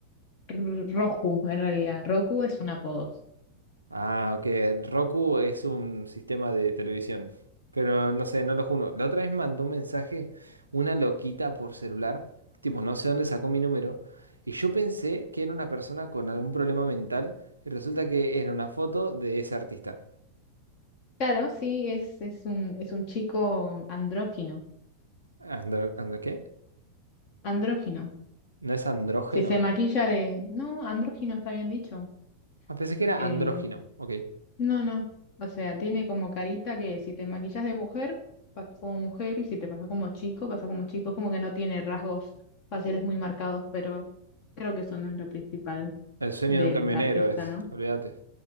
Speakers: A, on the left (about 45°); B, on the right (about 80°).
A: R- Roku, en realidad. Roku es un apodo.
B: Ah, ok. Roku es un sistema de televisión. Pero no sé, no lo juro. La otra vez mandó un mensaje una loquita por celular. Tipo, no sé dónde sacó mi número. Y yo pensé que era una persona con algún problema mental. Y resulta que era una foto de ese artista.
A: Claro, sí, es, es un, es un chico andrógino.
B: Andro, andro- ¿qué?
A: Andrógino.
B: ¿No es andrógeno?
A: Si se maquilla de... No, andrógino está bien dicho.
B: Ah, pensé que era
A: Eh,
B: andrógino. Ok.
A: no, no. O sea, tiene como carita que si te maquillas de mujer, pasa como mujer, y si te pasa como chico, pasa como chico. Es como que no tiene rasgos faciales muy marcados, pero creo que eso no es lo principal
B: El sueño
A: del
B: de un camionero
A: artista,
B: es.
A: ¿no?
B: Olvídate.